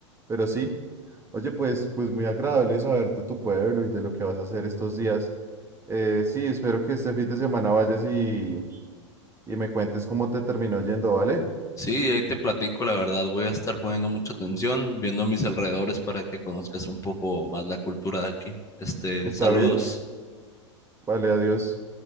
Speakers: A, on the right; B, on the left.
A: Pero sí. Oye, pues, pues muy agradable saber de tu pueblo y de lo que vas a hacer estos días. Eh, sí, espero que este fin de semana vayas y, y me cuentes cómo te terminó yendo, ¿vale?
B: Sí, ahí te platico, la verdad, voy a estar poniendo mucha atención, viendo a mis alrededores para que conozcas un poco más la cultura de aquí. Este,
A: Está
B: saludos.
A: bien. Vale, adiós.